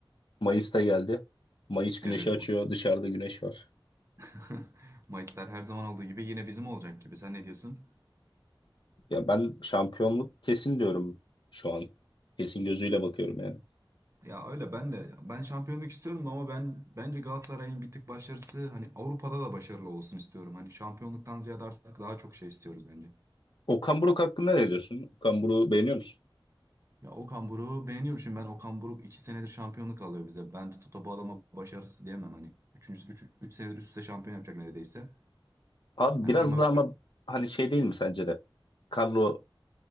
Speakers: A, on the left (about 60°); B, on the right (about 35°).
A: Mayıs'ta geldi. Mayıs güneşi
B: Evet.
A: açıyor. Dışarıda güneş var.
B: <laughs> Mayıslar her zaman olduğu gibi yine bizim olacak gibi. Sen ne diyorsun?
A: Ya ben şampiyonluk kesin diyorum şu an. Kesin gözüyle bakıyorum yani.
B: Ya öyle ben de ben şampiyonluk istiyorum ama ben bence Galatasaray'ın bir tık başarısı hani Avrupa'da da başarılı olsun istiyorum. Hani şampiyonluktan ziyade artık daha çok şey istiyoruz bence.
A: Okan Buruk hakkında ne diyorsun? Okan Buruk'u beğeniyor musun?
B: Ya Okan Buruk'u beğeniyorum şimdi ben Okan Buruk 2 senedir şampiyonluk alıyor bize. Ben tutup da bu adama başarısız diyemem hani. üçüncü 3 3 senedir üst üste şampiyon yapacak neredeyse.
A: Abi
B: Hani
A: biraz
B: bir maç
A: da ama hani şey değil mi sence de? Kadro